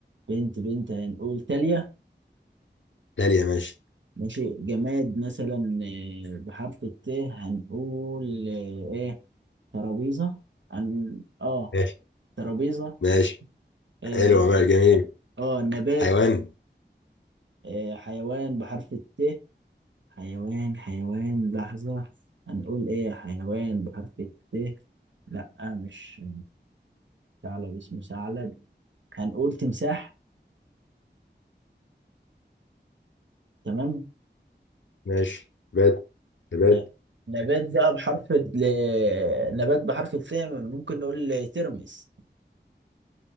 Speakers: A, on the right; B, on the left.
A: بنت بنت هنقول تالية
B: داليا ماشي
A: ماشي جماد مثلا إيه بحرف الت هنقول ايه إيه، ترابيزة عن اه
B: ماشي
A: ترابيزة
B: ماشي
A: إيه
B: حلو ماشي جميل
A: اه نبات
B: حيوان
A: إيه حيوان بحرف الت حيوان حيوان لحظة هنقول ايه حيوان بحرف الت لا مش ثعلب اسمه ثعلب هنقول تمساح تمام
B: ماشي نبات نبات
A: ن- نبات بقى بحرف ال... نبات بحرف الث ممكن نقول ترمس